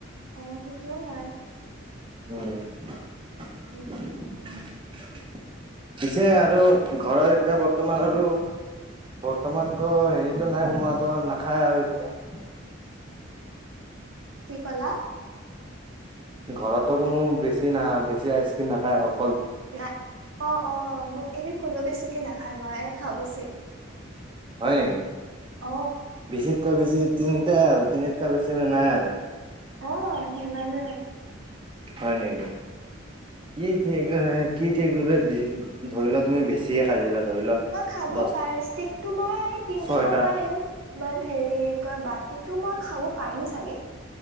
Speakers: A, on the right; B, on the right.
A: অ সেইটোও হয়
B: অ । <unintelligible>
A: উম
B: পিছে আৰু ঘৰত এতিয়া বৰ্তমান আৰু বৰ্তমানতো হেৰিতটো নাই কোনোবাত নাখায় আৰু এতিয়া ।
A: কি কলা ।
B: ঘৰতো কোনো বেছি না বেছি আইচ ক্ৰীম নাখায় ।
A: নাই অ অ মোক এনে কোনো বেছি তে নাখায় মই খাওঁ বেছি
B: হয় নেকি
A: অ
B: বিচিত ক বিচি তিনিটাই আৰু তিনিআটকাৈ বেছি নাই আৰু
A: আহ হেমালয়
B: হয় নেকি কি থে কি ঠিকলে ধৰি লোৱা তুমি বেছিয়ে খাই। দিলা ধৰি লোৱা
A: বা, খাব
B: দহ
A: পাৰ ষ্টিকটো মই
B: ছয়টা
A: খাব পাৰিম বা ধেৰিত <unintelligible> <unintelligible> কয় বাতিটো মই খাব পাৰিম চাগে